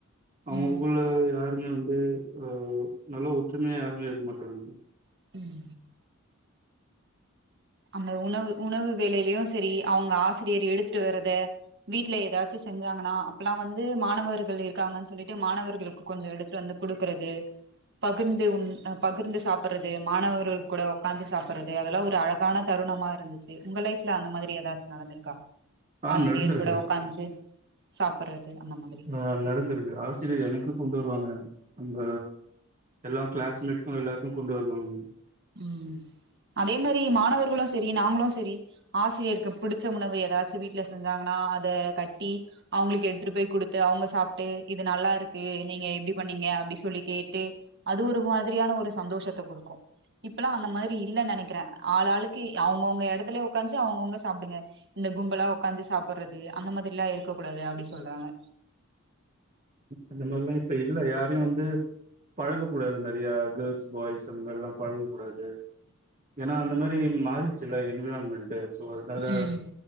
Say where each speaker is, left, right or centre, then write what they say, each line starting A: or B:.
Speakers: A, on the right (about 35°); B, on the right (about 55°).
A: அவங்களுக்குள்ள
B: ம்
A: யாருமே வந்து ஆ நல்ல ஒற்றுமையா யாருமே இருக்க மாட்டாங்க
B: உம் அந்த உணவு உணவு வேலையிலயு செரி அவங்க ஆசிரியர் எடுத்துட்டு வர்றத வீட்டு்ல ஏதாச்சு செஞ்சாங்கன்னா அப்பெல்லா வந்து மாணவர்கள் இருக்காங்கன்னு சொல்லிட்டு மாணவர்களுக்கு கொஞ்சோ எடுத்துட்டு வந்து கொடுக்குறது பகிர்ந்து உண் பகிர்ந்து சாப்பிர்ரது மாணவர்கள் கூட உக்காந்து சாப்புர்ரது அதெல்லா ஒரு அழ கான தருணமா இருந்துச்சு உங்க லைஃப் அந்த மாரி ஏதாச்சு நடந்திருக்கா
A: ஆ
B: ஆசிரியர்
A: நடந்திருக்கு
B: கூட உக்காந்து சாப்புர்ரது அந்த மாதிரி
A: ஆ நடந்துருக்கு ஆசிரியர் எனக்கு கொண்டு வருவாங்க அந்த எல்லா களஸ்மேட்டுக்கு எல்லாருக்கு கொண்டு வருவாங்க
B: ம் அதே மாரி மாணவர்களு செரி நாங்களு செரி ஆசிரியருக்கு புடிச்ச உணவு ஏதாச்சு வீட்டுல செஞ்சாங்கன்னா அத கட்டி அவங்களுக்கு எடுத்துட்டு போய் குடுத்து அவங்க சாப்ட்டு இது நல்லா இருக்கு நீங்க எப்டி பண்ணீங்க அப்டி சொல்லி கேட்டு அது ஒரு மாதிரியான ஒரு சந்தோஷத்த கொடுக்கு இப்பெல்லா அந்த மாரி இல்ல நெனைக்கிறே ஆள் ஆளுக்கு அவங்கவுங்க இடத்துலயே உக்காந்துச அவங்கவுங்க சாப்டுங்க இந்த கும்பலா உக்காந்து சாப்டுறது அந்த மாரில்லா இருக்க கூடாது அப்டினு சொல்றாங்க
A: அந்த மாதிரால்லா இப்ப இல்ல யாரையு வந்து பழக கூடாது நெறைய கேர்ள் பாய்ஸ் அந்த மாரில்லா பழகக்கூடாது ஏன்னா அந்த மாரி மாறிச்சுலா என்விரான்மென்ட் சோ அதனால
B: ம்